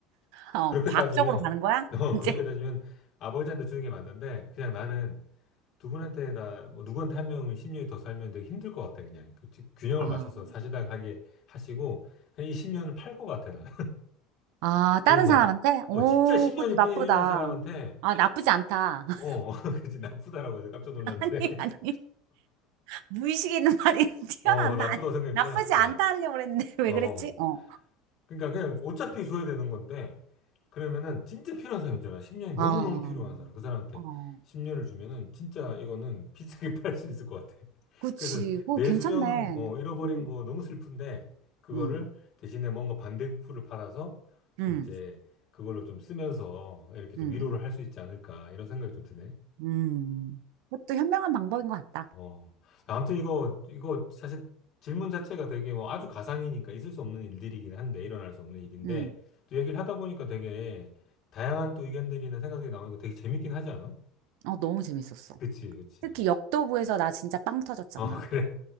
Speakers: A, on the left; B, on the right.
A: 그렇게
B: 어, 과학적으로
A: 따지면
B: 가는 거야?
A: <laughs> 어
B: <laughs> 이제.
A: 그렇게 따지면 아버지한테 주는 게 맞는데 그냥 나는 두 분한테 다뭐 누구한테 한 명은 10년이 더 살면 되게 힘들 것 같아 그냥 그 지- 균형을
B: 아,
A: 맞춰서 사시다가 하게 하시고 한1 0년을 팔 것 같아 나.
B: 아,
A: 그런
B: 다른
A: 것
B: 사람한테?
A: 같아.
B: 오,
A: 어, 진짜 10년이
B: 그것도 나쁘다.
A: 필요한 사람한테,
B: 아, 나쁘지 않다.
A: 어,
B: <laughs>
A: 어, <laughs> 그치, 나쁘다라고 해서 깜짝 놀랐는데,
B: 아니,
A: <laughs>
B: 아니. 무의식에 있는 말이 <laughs> 튀어나왔나?
A: 어, 나쁘다고
B: 아니,
A: 생각했구나.
B: 나쁘지 않다
A: 어,
B: 하려고 그랬는데, <laughs> 왜
A: 어, 어.
B: 그랬지? 어.
A: 그러니까 그냥 어차피 줘야 되는 건데, 그러면은 진짜 필요한 사람 있잖아. 10년이 너무너무
B: 아,
A: 필요한 사람. 그 사람한테
B: 어.
A: 10년을 주면은 진짜 이거는 비싸게 <laughs> 팔 수 있을 것 같아.
B: 그치.
A: 그래서
B: 오,
A: 내수명,
B: 괜찮네.
A: 어, 잃어버린
B: 음,
A: 거 너무 슬픈데, 그거를
B: 음,
A: 대신에 뭔가 반대급부를 받아서 좀
B: 음,
A: 이제 그걸로 좀 쓰면서 이렇게 좀
B: 음,
A: 위로를
B: 음.
A: 할 수 있지 않을까, 이런 생각이 좀 드네.
B: 음. 그것도 현명한 방법인 것 같다.
A: 어, 아무튼 이거, 이거 사실 질문 자체가 되게 뭐 아주 가상이니까 있을 수 없는 일들이긴 한데, 일어날 수 없는 일인데,
B: 음.
A: 또 얘기를 하다 보니까 되게 다양한 또 의견들이나 생각이 나오니까 되게 재밌긴 하지 않아?
B: 어, 너무 재밌었어.
A: 그치, 그치.
B: 특히
A: 어,
B: 역도부에서 나 진짜 빵 터졌잖아.
A: 어, <laughs> 그래.